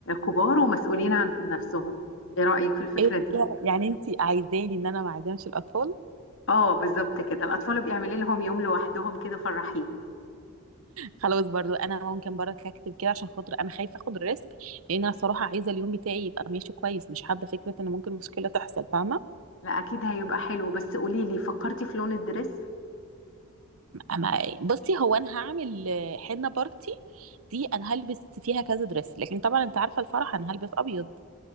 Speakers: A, on the left; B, on the right.
A: كبار ومسؤولين عن نفسهم ايه رايك في الفكره
B: ايه
A: دي
B: ده؟ يعني انتي عايزاني ان انا ما اعزمش الاطفال
A: اه بالظبط كده الاطفال بيعملي لهم يوم لوحدهم كده فرحيهم
B: خلاص برضو انا ممكن برضك اكتب كده عشان خاطر انا خايفه اخد الريسك لان انا صراحه عايزه اليوم بتاعي يبقى ماشي كويس مش حابه فكره ان ممكن مشكله تحصل فاهمه
A: لا اكيد هيبقى حلو بس قولي لي فكرتي في لون الدريس
B: اما بصي هو انا هعمل آه، حنه بارتي دي انا هلبس فيها كذا دريس لكن طبعا انت عارفه الفرح انا هلبس ابيض